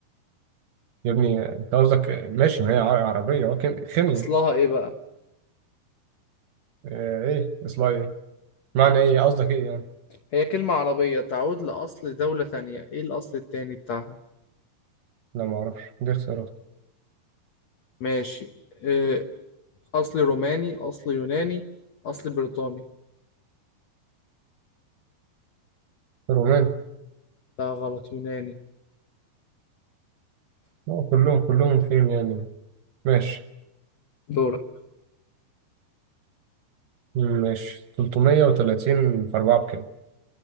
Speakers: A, on the right; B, on the left.
A: يا ابني انت قصدك ماشي ما هي ع- عربية اه كيم- خيمياء
B: أصلها إيه بقى
A: آه، ايه اصلها ايه معنى ايه قصدك ايه يعني
B: هي كلمة عربية تعود لأصل دولة ثانية إيه الأصل التاني بتاعها
A: لا ما اعرفش دي اختيارات
B: ماشي آه، أصلي روماني أصلي يوناني أصلي بريطاني
A: روماني
B: لا غلط يوناني
A: اه كلهم كلهم فيهم يعني ماشي
B: دورك
A: ماشي 330 في 4 بكام